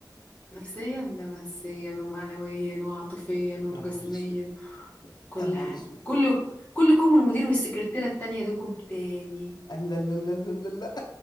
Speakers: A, on the left; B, on the left.
A: نفسيا ده نفسيا ومعنويا وعاطفيا وجسميا
B: يا نهار اسود
A: كل
B: يا نهار
A: حاجة
B: اسود
A: كله كلكم والمدير والسكرتيرة التانية دوكم تاني
B: قال لا لا لا لا لا لا